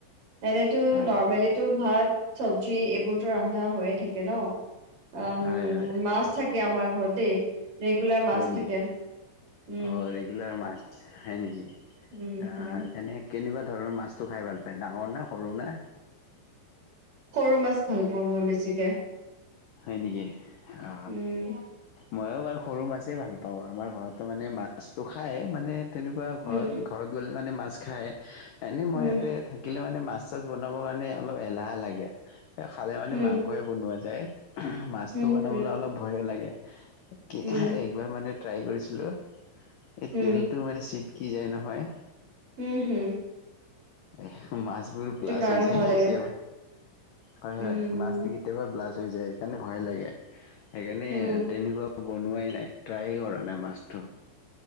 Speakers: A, on the right; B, on the left.
A: এনেতো
B: হয়
A: নৰ্মেলিত ভাত চবজি এইবোৰতো ৰন্ধা হৈয়ে থাকে ন, অ, মাছ।
B: হয় হয়
A: মা, থাকে আমাৰ ঘৰ দেই। ৰেগুলাৰ মাছ
B: হয় নেকি?
A: থাকে। উম,
B: অ, ৰেগুলাৰ মাছ। ছ খাই নেকি আহ,
A: উম, উম।
B: এনে। কেনেকুৱা ধৰণৰ মাছটো খাই ভাল পায়। ডাঙৰ না সৰু না?
A: সৰু মাছ ভাল পাওঁ মই বেছিকে।
B: হয় নেকি? অ,
A: উম,
B: মইো বাৰ সৰু মাছেই ভাল পা ও আমাৰ ঘৰতো মানে মাছটো খায় মানে তেনেকুৱা
A: উম,
B: ঘৰত। ঘৰত গ'লে মানে মাছ খায় এনে মই
A: উম,
B: ইয়াতে থা শিকিলে মানে মাছ চাছ বনাবৰ কাৰণে অলপ এলাহা লাগে, খালে মানে
A: উম,
B: মাংসই বনোৱা যায়। মাছতটো
A: উম,
B: বনাবলৈ
A: হুম।
B: অলপ ভয়ো লাগে কি।
A: উম,
B: এবাৰ মানে ট্ৰাই কৰিছিলো এই
A: হুম,
B: তেলটো মানে চিটকি যায় নহয়।
A: উম, হয়।
B: এ, মাছ। ছ, বাল্লছ
A: কাৰণে
B: হৈ যায়
A: ভয়
B: কেতিয়াবা
A: লাগে।
B: হয়
A: উম,
B: হয় মাছটো কেতিয়াবা ব্লাষ্ট হৈ যায় সেইকাৰণে ভয় লাগে, সেইকাৰণে
A: হুম,
B: তেনেকুৱা বনোৱাই নাই মানে টাৰই ই কৰা নাই মাছটো,